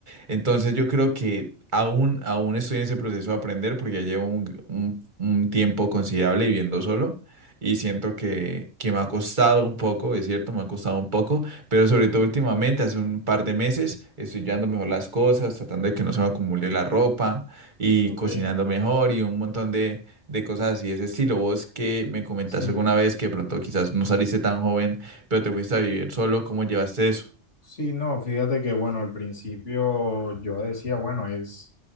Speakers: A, on the right; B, on the left.
A: Entonces yo creo que aún, aún estoy en ese proceso de aprender porque ya llevo un, un- un tiempo considerable viviendo solo y siento que, que me ha costado un poco, es cierto, me ha costado un poco, pero sobre todo últimamente, hace un par de meses, estoy llevando mejor las cosas, tratando de que no se me acumule la ropa y
B: Ok,
A: cocinando mejor y un montón de, de cosas así de ese estilo. Vos que me comentaste
B: sí.
A: alguna vez que de pronto quizás no saliste tan joven, pero te fuiste a vivir solo, ¿cómo llevaste eso?
B: Sí, no, fíjate que bueno, al principio yo decía, bueno, es